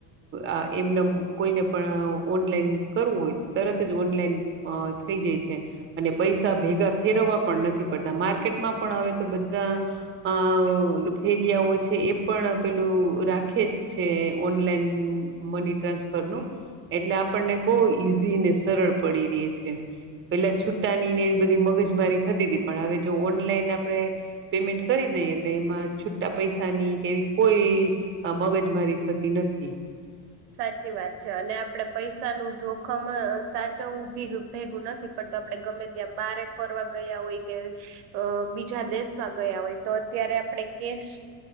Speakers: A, on the right; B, on the right.
A: અ એમનેમ કોયને પણ ઓનલાઈન કરવું હોય તરત જ ઓનલાઈન થઈ જાય છે અને પૈસા ભેગા ફેરવા પણ નથી પડતા માર્ક માર્કેટ મા પણ હવે તો બધા અ ફેરિયાઓ છે. એ પણ પેલું રાખે જ છે ઓનલાઈન મની ટ્રાન્સફરનું એટલે આપણને બવ ઈઝી ને સરળ પડી રે છે પેલા છુટ્ટા ની ને એવી બધી મગજ મારી થતી તી પન હવે જો ઓનલાઈન આપણે પેમેન્ટ કરી દઈએ તો એમાં છૂટા પૈસાની કે કોઈ મગજમારી થતી નથી
B: સાચી વાત છે અને આપડે પૈસા નું જોખમ સાચવવું ભેગું નથી પણ આપણે ગમે ત્યાં બારે ફરવા ગયા હોય કે બીજા દેશમાં ગયા હોય તો અત્યારે ત્યારે આપણે કેશ